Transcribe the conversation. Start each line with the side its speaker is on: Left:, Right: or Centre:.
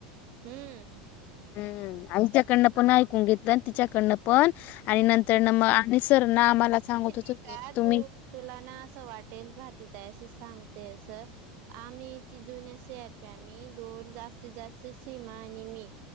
Right: हम्म.
Left: हम्म आच्या पण ऐकून घेत तिच्याकडन, पण आणि नंतर सर ना आम्हाला सांगत
Right: ठी
Left: होत तुम्ही
Right: तू तुला ना असं वाटेल भारती सांगते अस आम्ही ती जुन्या अस हरप आम्ही दोन जास्तीत जास्त सीमा आणि मी,